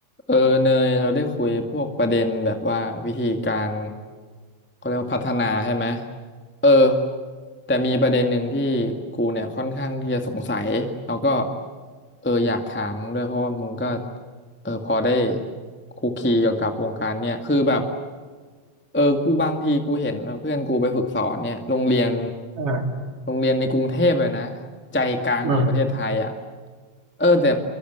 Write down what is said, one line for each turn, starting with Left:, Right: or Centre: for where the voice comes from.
Centre: เออเนยเราได้คุยพวกประเด็นแบบว่าวิธีการเขาเรียกว่าพัฒนาใช่ไหมเออแต่มีประเด็นหนึ่งที่กูเนี่ยค่อนข้างที่จะสงสัยแล้วก็เอออยากถามมึงด้วยเพราะว่ามึงก็เออพอได้คุกคีเกี่ยวกับวงการเนี่ยคือแบบ เออกูบางทีกูเห็นเพื่อนกูไปฝึกสอนเนี่ยโรงเรียน
Right: อ่า
Centre: โรงเรียนในกรุงเทพเลยนะใจกลางของประเทศไทยอ่ะ
Right: อืม
Centre: เออแต่